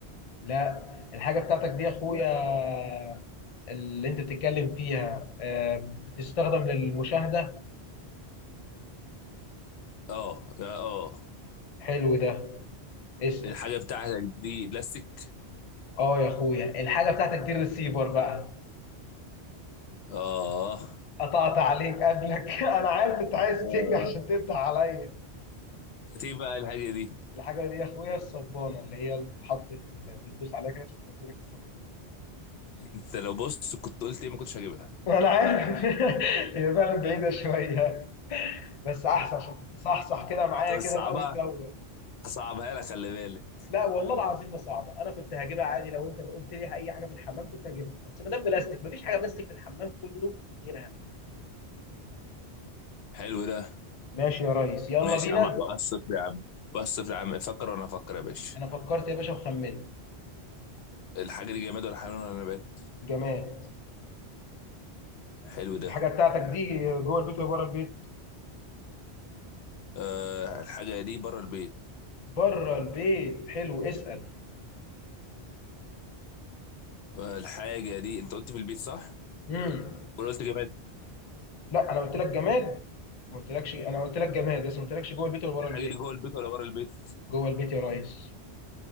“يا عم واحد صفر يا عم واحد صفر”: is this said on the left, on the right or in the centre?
Left